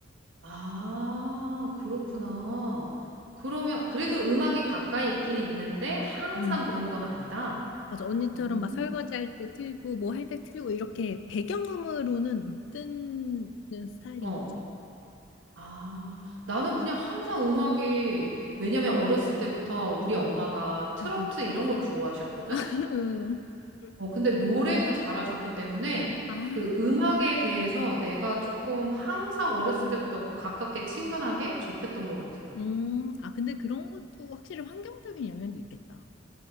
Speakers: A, on the right; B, on the left.
A: 아, 그렇구나. 그러면 그래도 음악이 가까이 있긴 있는데 항상
B: 음.
A: 그런 건 아니다.
B: 맞아. 언니처럼
A: 음.
B: 막 설거지할 때 틀고 뭐 할 때 틀고 이렇게 배경음으로는 못 듣는 스타일인
A: 어.
B: 거지.
A: 아, 나는 그냥 항상 음악이 왜냐면 어렸을 때부터 우리 엄마가 트로트
B: 응, 응.
A: 이런 걸 좋아하셨거든.
B: <laughs>
A: 어, 근데 노래도 잘하셨기 때문에
B: 아,
A: 그 음악에 대해서 내가 조금 항상 어렸을 때부터 가깝게 친근하게 접했던 것 같아.
B: 음, 아, 근데 그런 것도 확실히 환경적인 영향도 있겠다.